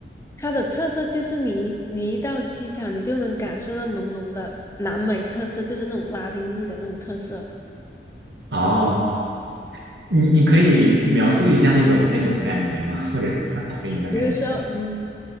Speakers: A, on the left (about 15°); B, on the right (about 80°).
A: 它的特色就是你一你一到机场，你就能感受到浓浓的南美特色，就是那种拉丁裔的那种特色。
B: 哦，你你可以描述一下那种那种感觉吗？或者是他带给你的感觉？
A: 比如说，嗯，